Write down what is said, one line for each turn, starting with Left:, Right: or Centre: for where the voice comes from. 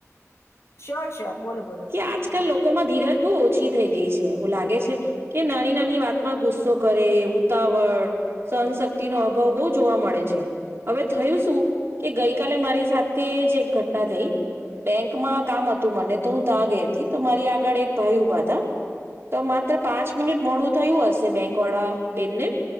Left: શ્યોર શ્યોર બોલો બોલો.
Right: કે આજકાલ લોકોમાં ધીરજ બહુ ઓછી થઈ ગઈ છે એવું લાગે છે. કે નાની નાની વાતમાં ગુસ્સો કરે ઉતાવળ. સહનશક્તિ નો અભાવ બહુ જોવા મળે છે. હવે થયું શું કે ગઈકાલે મારી સાથે જ એક ઘટના થઈ. બેંકમાં કામ હતું મને તો હું ત્યાં ગઈ હતી તો મારી આગળ એક ભાઈ ઊભા હતા. તો માત્ર પાંચ મિનિટ મોડું થયું હશે બેંક વાળા બેનને.